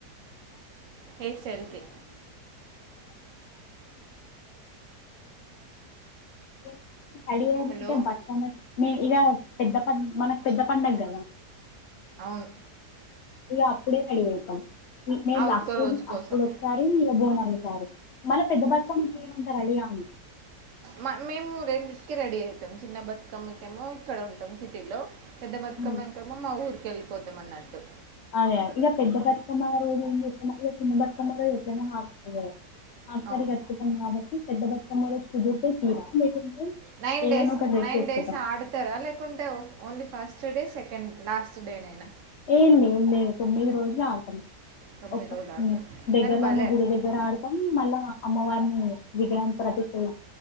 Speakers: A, on the left (about 75°); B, on the right (about 55°).
A: అవునవును
B: హెయిర్ స్టైల్‌కి.
A: కానీ ఇలా పెద్ద పండలు కాబట్టి <unintelligible> తడి వెయ్యలంటే
B: హలో!
A: బట్టమ్మకి ఇగ పెద్ద ప మనకు పెద్ద పండగ కదా
B: అవును.
A: ఇగ అప్పుడే రెడీ అయితాం నే నేను
B: ఆ ఒక్క
A: అప్పుడు
B: రోజు
A: అప్పుడు
B: కోసం.
A: ఒకసారి ఇగ బోనాలు ఒకసారి మల్లా పెద్ద బతుకమ్మకి ఏం అంతా రెడీ కాం
B: మ మేము రెండిటికి రెడీ అవుతాం చిన్న బతుకమ్మకేమో ఇక్కడ ఉంటాం సిటీలో పెద్ద బతుకమ్మకేమో
A: ఉమ్,
B: మా ఊరికి వెళ్ళిపోతాం అన్నట్టు
A: అదే ఇగ పెద్ద బతుకమ్మ రోజు ఏం జెస్తాం ఇగ చిన్న బతుకమ్మ రోజు ఎట్లనో హాఫ్ శారీ హాఫ్ సారి
B: అవును
A: కట్టుకుంటం కాబట్టి పెద్ద బతుకమ్మో రోజు కుదిరితే చీర లేకుంటే
B: నైన్
A: ఏదైనా
B: డేస్
A: ఒక డ్రెస్
B: నైన్
A: వేసుకుంటాం
B: డేస్ ఆడతారా లేకుంటే only first day second last day నేనా
A: ఏ లే లే తొమ్మిది రోజులు ఆడతాం
B: తొమ్మిది
A: ఒక
B: రోజులు ఆడు
A: దగ్గరలో
B: కానీ భలే
A: ఉన్న గుడి దగ్గర ఆడతాం మళ్లా అమ్మవారిని విగ్రహం ప్రతిష్ట చేస్